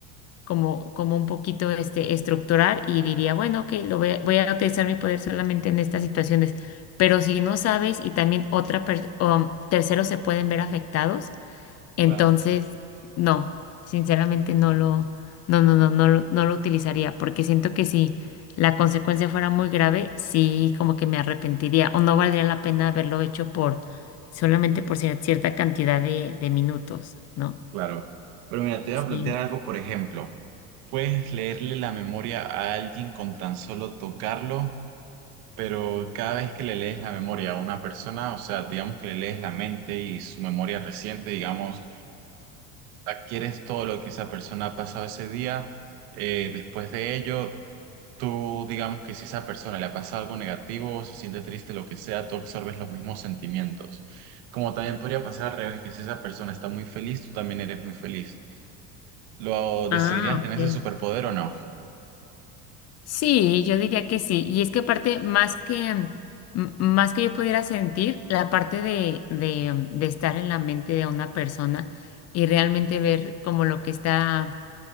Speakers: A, on the left; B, on the right.
A: como, como un poquito este, estructurar y diría, bueno, ok, lo voy a, voy a utilizar mi poder solamente en estas situaciones. Pero si no sabes y también otra per- o terceros se pueden ver afectados, entonces,
B: Claro.
A: no, sinceramente no lo, no, no, no, no, lo- no lo utilizaría, porque siento que si la consecuencia fuera muy grave, sí como que me arrepentiría o no valdría la pena haberlo hecho por solamente por cier- cierta cantidad de, de minutos, ¿no?
B: claro. Pero mira, te
A: Sí.
B: voy a plantear algo, por ejemplo, puedes leerle la memoria a alguien con tan solo tocarlo, pero cada vez que le lees la memoria a una persona, o sea, digamos que le lees la mente y su memoria reciente, digamos, adquieres todo lo que esa persona ha pasado ese día. eh, después de ello, Tú, digamos que si a esa persona le pasa algo negativo o se siente triste, lo que sea, tú absorbes los mismos sentimientos. Como también podría pasar al revés, que si esa persona está muy feliz, tú también eres muy feliz. ¿Lo decidirías
A: Ah,
B: tener
A: ok.
B: ese superpoder o no?
A: Sí, yo diría que sí. Y es que aparte, más que, mm, m- más que yo pudiera sentir, la parte de, de, mm, de estar en la mente de una persona y realmente ver como lo que está